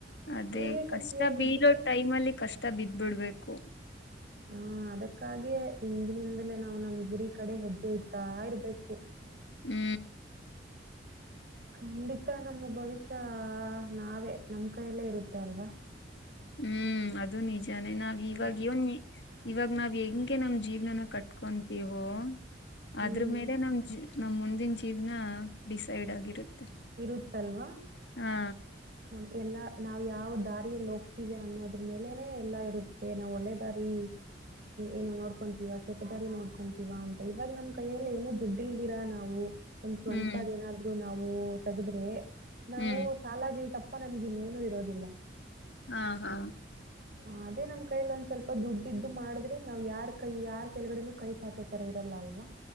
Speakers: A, on the left; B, on the right.
A: ಅದೇ
B: ಹೀಗೆ
A: ಕಷ್ಟ
B: ಖುಷಿಯಾಗಿದ್ರೆ
A: ಬೀಲೋ ಟೈಮ್ ಅಲ್ಲಿ ಕಷ್ಟ ಬಿದ್ಬಿಡ್ಬೇಕು. ಹ
B: ಹಾ ಅದಕ್ಕಾಗಿಯ ಹಿಂದಿನಿಂದಲೇ ನಾವು ನಮ್ ಗುರಿ ಕಡೆ ಹೆಜ್ಜೆ ಇರ್ತಾ ಇರ್ಬೇಕು.
A: ಹ್ಮ್
B: ಖಂಡಿತ ನಮ್ಮ ಭವಿಷ್ಯ ನಾವೇ ನಮ್ ಕೈಯಲ್ಲೇ ಇರುತ್ತೆ ಅಲ್ವಾ.
A: ಹ್ಮ್ ಅದು ನಿಜಾನೇ ನಾವ್ ಇವಾಗ
B: ಆ,
A: ನ ಇವಾಗ ನಾವ್ ಹೆಂಗೆ ನಮ್ ಜೀವ್ನನ ಕಟ್ಕೊಂತೀವೋ.
B: ಹ್ಮ್.
A: ಅದ್ರ ಮೇಲೆ ನಮ್ ಜ ನಮ್ಮ ಮುಂದಿನ ಜೀವನ ಡಿಸೈಡ್ ಆಗಿರುತ್ತೆ.
B: ಇರುತ್ತಲ್ವಾ
A: ಹಾ
B: ನಮ್ ಎಲ್ಲಾ ನಾವ್ ಯಾವ ದಾ ದಾರಿಯಲ್ಲಿ ಹೋಗ್ತಿವಿ ಅನ್ನೋದ್ರ ಮೇಲೆನೆ ಎಲ್ಲಾ ಇರುತ್ತೆ ನಾವ್ ಒಳ್ಳೆದಾರಿ ಏನು ನೋಡ್ಕೊಂತೀವ ಕೆಟ್ಟ ದಾರಿ ನೋಡ್ಕೊಂತೀವ ಅಂತ ಇವಾಗ ನಮ್ ಕೈಯಲ್ಲಿ ಏನು ದುಡ್ಡಿಲ್ದಿರಾ ನಾವು. ಒಂದ್ ಸ್ವಂತದ
A: ಹ್ಮ್
B: ಏನಾದ್ರು ತವು ತಗದ್ರೆ ನಾವು
A: ಹ್ಮ್
B: ಸಾಲಾಗಿಲ್ ತಪ್ಪ. ಅಪ್ಪ ನಮ್ಗ ಇನ್ನೇನು ಇರೋದಿಲ್ಲ.
A: ಹಾ ಹಾ
B: ಹ ಅದೇ ನಮ್ ಕೈಲಿ ಒಂದ್ ಸ್ವಲ್ಪ ದುಡ್ದು ಮಾಡಿದ್ರೆ ನಾವ್ ಯಾರ್ ಕೈ ಯಾರ್ ಕೆಳಗಡೆನೂ ಕೈ ಚಾಚೋತರ ಇರಲ್ಲ ಅಲ್ವಾ.